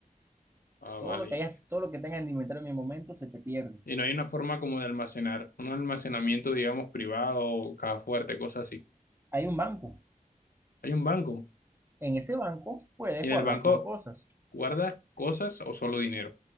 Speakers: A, on the left; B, on the right.
A: ah,
B: Todo
A: vale.
B: lo que hayas, todo lo que tengas en el inventario en el momento se te pierde.
A: Y no hay una forma como de almacenar, un almacenamiento, digamos, privado, caja fuerte, cosas así.
B: Hay un banco.
A: Hay un banco.
B: En ese banco puedes
A: Y en
B: guardar
A: el banco
B: tus cosas,
A: ¿Guardas cosas o solo dinero?